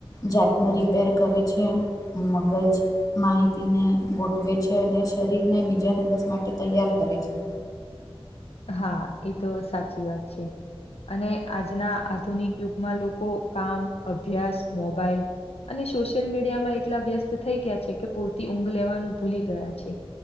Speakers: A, on the left (about 35°); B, on the left (about 80°).
A: જાતનું રિપેર કરે છે મગજ માહિતીને ગોઠવે છે, અને શરીર ને બીજા દિવસ માટે તૈયાર કરે છે.
B: હા ઈ તો સાચી વાત છે. અને આજના આધુનિક યુગમાં લોકો કામ, અભ્યાસ, મોબાઈલ અને સોશિયલ મીડિયામાં એટલા વ્યસ્ત થઈ ગયા છે કે પૂરતી ઊંઘ લેવાનું ભૂલી ગયા છે.